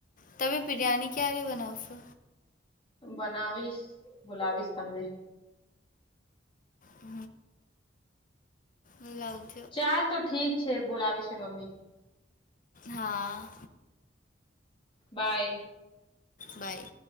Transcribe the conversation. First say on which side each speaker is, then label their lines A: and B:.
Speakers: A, on the left; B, on the left.
A: તમે બિરયાની ક્યારે બનાવશો.
B: બનાવીશ બોલાવીશ તમને.
A: હ લવ.
B: ચાલ તો ઠીક છે બોલાવે છે મમ્મી.
A: હા.
B: બાય.
A: બાય.